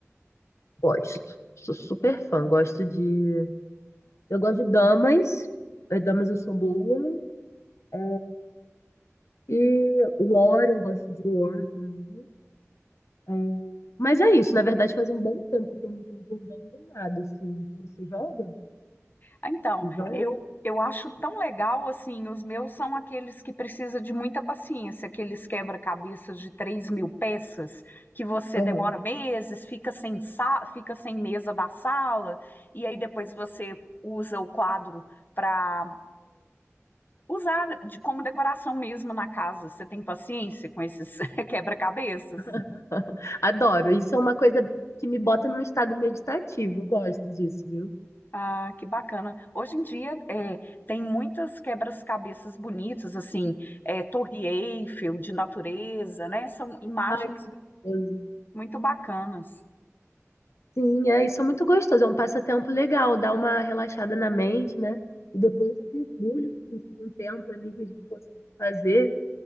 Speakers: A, on the left; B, on the left.
A: Gosto. Sou super fã. Gosto de. Eu gosto de damas. Eh, Damas eu sou boa. É, e War, eu gosto de War também. É, mas é isso. Na verdade, faz um bom tempo que eu não tô jogando nada, assim. Você joga?
B: Ah, Então,
A: Você joga?
B: eu, eu acho tão legal assim. Os meus são aqueles que precisa de muita paciência, aqueles quebra-cabeças de três mil peças, que você
A: Aham.
B: demora meses, fica sem, sa- fica sem mesa da sala, e aí depois você usa o quadro para usar de, como decoração mesmo na casa. Você tem paciência com esses <laughs> quebra-cabeças?
A: <laughs> Adoro. Isso é uma coisa que me bota num estado meditativo. Eu Gosto disso, viu?
B: Ah, que bacana. Hoje em dia é, tem muitas quebras-cabeças bonitas, assim, é, Torre Eiffel, de natureza, né? São imagens
A: Ai, que gostoso.
B: muito bacanas.
A: Sim, é, isso é muito gostoso, é um passatempo legal, dá uma relaxada na mente, né? E depois é um orgulho que a gente contempla ali, que a gente conseguiu fazer.